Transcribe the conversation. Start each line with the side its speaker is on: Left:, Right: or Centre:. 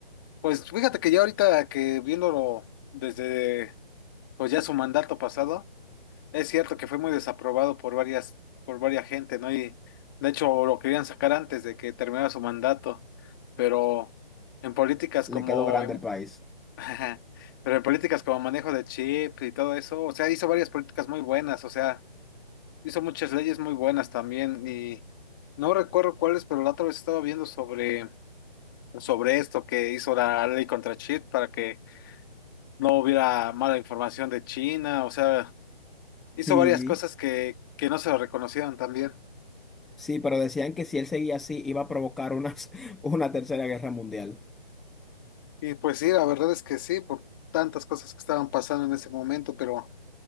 Left: Pues fíjate que ya ahorita que viéndolo desde pues ya su mandato pasado, es cierto que fue muy desaprobado por varias, por varias gente, ¿no? Y de hecho lo querían sacar antes de que terminara su mandato, pero en políticas
Centre: Le
Left: como
Centre: quedó grande
Left: en-
Centre: el país.
Left: <laughs> pero en políticas como manejo de chip y todo eso, o sea, hizo varias políticas muy buenas, o sea, hizo muchas leyes muy buenas también y no recuerdo cuáles, pero la otra vez estaba viendo sobre sobre esto que hizo la ley contra chip para que no hubiera mala información de China, o sea, hizo
Centre: Sí.
Left: varias cosas que, que no se lo reconocieron también.
Centre: Sí, pero decían que si él seguía así iba a provocar una, <laughs> una tercera guerra mundial.
Left: Y pues sí, la verdad es que sí, por tantas cosas que estaban pasando en ese momento, pero